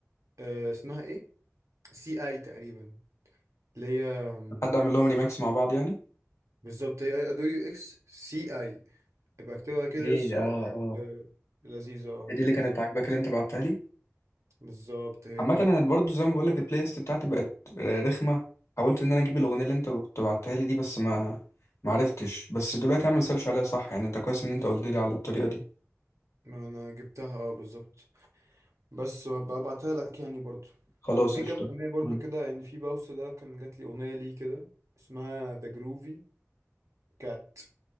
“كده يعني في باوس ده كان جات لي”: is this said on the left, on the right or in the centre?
Right